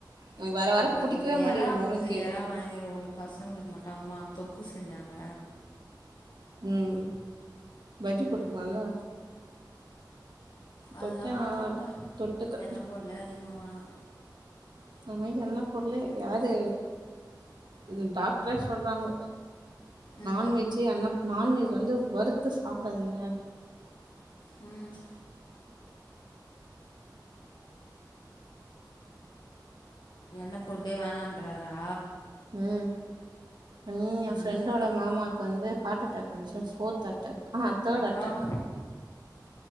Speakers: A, on the right (about 70°); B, on the left (about 65°).
A: எனக்கு வர வர
B: அப்புறோ
A: புடிக்கவே மாட்டேங்குது
B: எறா
A: முருங்கீர
B: வந்தது எறா வாங்கி ரவோண்டு பசங்களுக்கு மட்டு அம்மா தொக்கு செஞ்சாங்க
A: ம் பஜ்ஜி
B: ம்
A: போட்ருக்கலால
B: அதெல்லா
A: தொக்கே
B: வேணான்டா
A: நல்லா இருக்கு தொட்டுக்க
B: எண்ண பொருளோ அதிகமா வேணா
A: இன்னமேக்கு எண்ண பொருளே யாரு இது டாக்டரே சொல்றாங்க
B: ம்
A: நான்வெஜ்ஜே எண்ண நான்வெஜ் வந்து வறுத்து சாப்டாதீங்க
B: ம் எண்ண பொருளே வேணான்றாரா
A: ம் நீ என் ஃப்ரெண்டோட
B: ம்
A: மாமாவுக்கு வந்து ஹார்ட் அட்டாக் வந்துச்ச ஃபோர்த் அட்டாக் ஆ தேர்ட்
B: அப்புறம்
A: அட்டாக்